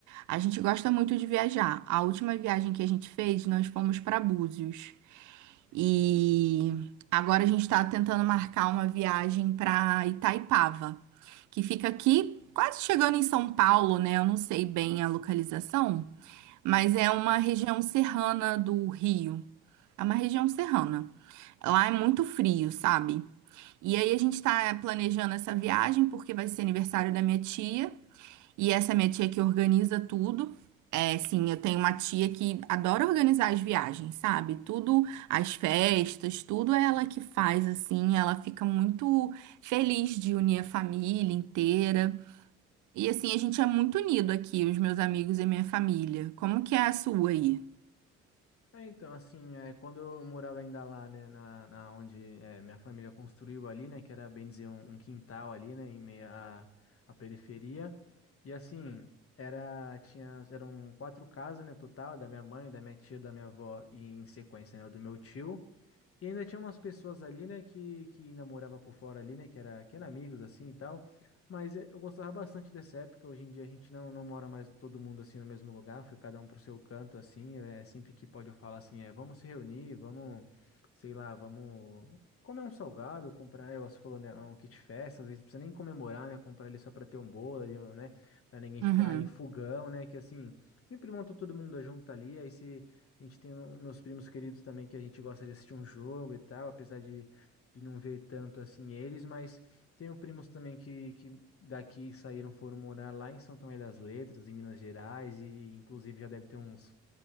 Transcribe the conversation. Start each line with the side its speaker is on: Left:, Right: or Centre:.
Right: A gente gosta muito de viajar. A última viagem que a gente fez, nós fomos para Búzios. E agora a gente está tentando marcar uma viagem para Itaipava, que fica aqui quase chegando em São Paulo, né? Eu não sei bem a localização, mas é uma região serrana do Rio. É uma região serrana. Lá é muito frio, sabe? E aí a gente está planejando essa viagem porque vai ser aniversário da minha tia. E essa minha tia que organiza tudo. É, sim, eu tenho uma tia que adora organizar as viagens, sabe? Tudo, as festas, tudo é ela que faz, assim. Ela fica muito feliz de unir a família inteira. E, assim, a gente é muito unido aqui, os meus amigos e minha família. Como que é a sua aí?
Left: É, então, assim, é, quando eu morava ainda lá, né, na, na onde é, minha família construiu ali, né, que era bem dizer um, um quintal ali, né, em meio à, à periferia. E assim, era, tinha, eram quatro casas, né, total, da minha mãe, da minha tia, da minha avó e em sequência, né, do meu tio. E ainda tinha umas pessoas ali, né, que, que namorava por fora ali, né, que era, que era amigos assim e tal. Mas eh, eu gostava bastante dessa época. Hoje em dia a gente não, não mora mais todo mundo assim no mesmo lugar, foi cada um pro seu canto assim. É é sempre que pode eu falo assim, é, vamos se reunir, vamos, sei lá, vamos comer um salgado, comprar, eh, você falou, né, um kit festa, às vezes não precisa nem comemorar, né, comprar ele só pra ter um bolo ali, né, pra ninguém
Right: Uhum,
Left: ficar em fogão, né, que assim, sempre monta todo mundo junto ali, aí se a gente tem um- meus primos queridos também que a gente gosta de assistir um jogo e tal, apesar de, de não ver tanto assim eles, mas tenho primos também que, que daqui saíram, foram morar lá em São Tomé das Letras, em Minas Gerais, e inclusive já deve ter uns,